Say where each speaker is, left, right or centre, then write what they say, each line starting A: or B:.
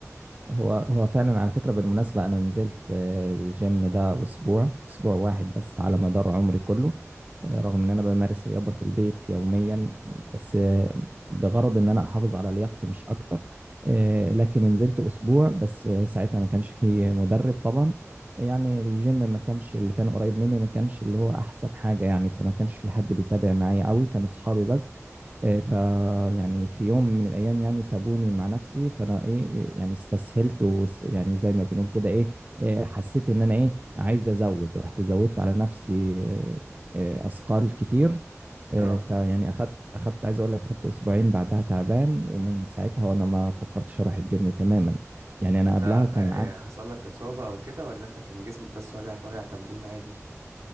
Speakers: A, on the right; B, on the right.
A: هو هو فعلا على فكرة بالمناسبة أنا نزلت آه، الجيم ده أسبوع أسبوع واحد بس على مدار عمري كله آه، رغم إن أنا بمارس رياضة في البيت يوميا بس آه، بغرض إن أنا أحافظ على لياقتي مش أكتر آه، لكن نزلت أسبوع بس آه، ساعتها ما كانش فيه مدرب طبعا يعني الجيم ما كانش اللي كان قريب مني ما كانش اللي هو أحسن حاجة يعني فما كانش في حد بيتابع معايا قوي كانوا أصحابي بس فيعني في يوم من الايام يعني سابوني مع نفسي فانا ايه يعني استسهلت وس- يعني زي ما بنقول كده ايه إيه، حسيت ان انا ايه عايز ازود رحت زودت على نفسي آه، آه، اثقال كتير آه،
B: اه
A: فيعني اخدت اخدت عايز اقول لك اخدت اسبوعين بعدها تعبان ومن ساعتها وانا ما فكرتش اروح الجيم تماما يعني انا
B: انت
A: قبلها كان
B: آه، يعني حصل لك اصابة او كده ولا انت كان جسمك بس وجعك وجع تمرين عادي